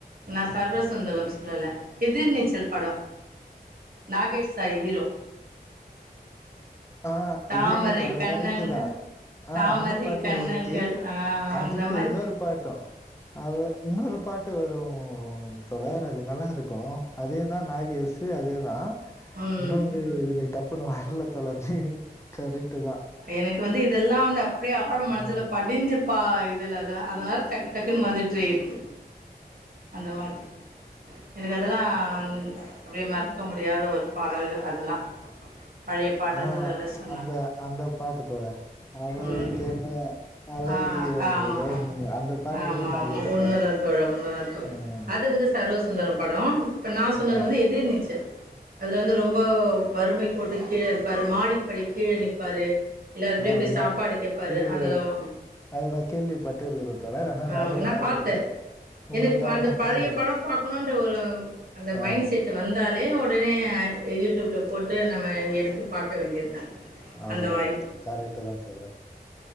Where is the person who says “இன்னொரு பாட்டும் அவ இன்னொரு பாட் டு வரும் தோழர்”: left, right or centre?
Left